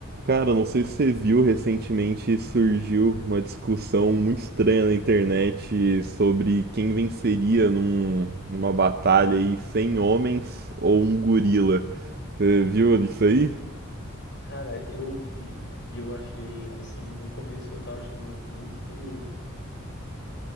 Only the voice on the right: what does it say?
Cara, não sei se você viu, recentemente surgiu uma discussão muito estranha na internet sobre quem venceria num- numa batalha aí 100 homens ou um gorila. Você viu isso aí?